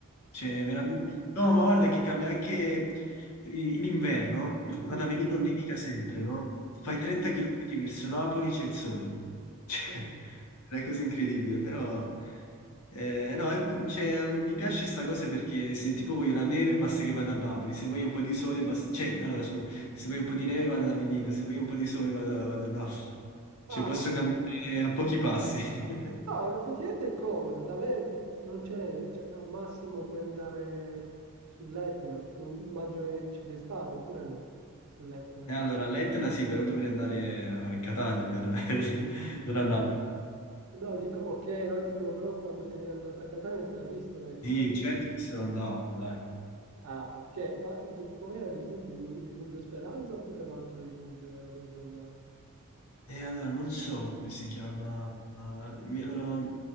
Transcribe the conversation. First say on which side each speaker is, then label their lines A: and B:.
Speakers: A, on the left (about 70°); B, on the right (about 75°).
A: Cioè, veramente... No, ma guarda che cambia anche i- in inverno,
B: mm,
A: ad Avellino nevica sempre, no? Fai
B: mm,
A: 30 km verso Napoli c'è il sole. Cioè,
B: capito?
A: <laughs> è una cosa incredibile, però eh, no, è- cioè, mm, mi piace sta cosa perché se tipo voglio la neve basta che vada a Napoli, se voglio un po' di sole basta, cioè, allora, scusa, se voglio un po' di neve vado ad Avellino, se voglio un po' di sole vado, vado a Napoli, cioè
B: Ah,
A: posso camminare a pochi passi. <laughs>
B: no, effettivamente è comodo, da me non c'è, cioè, al massimo puoi andare sull'Etna, non immagino che ci sei stato, oppure no, sull'Etna.
A: E allora all'Etna sì, però dovrei andare a Catania per... <laughs> non a Napoli.
B: No, dico, ok, lo dico, però quando sei andato a Catania l'hai visto l'Etna?
A: Sì, certo che sono andato, dai.
B: Ah, ok, ma d- com'era il rifugio? Il Rifugio Speranza oppure era un altro rifugio era dove sei andato?
A: E allora non so come si chiama. ah, mi- allora,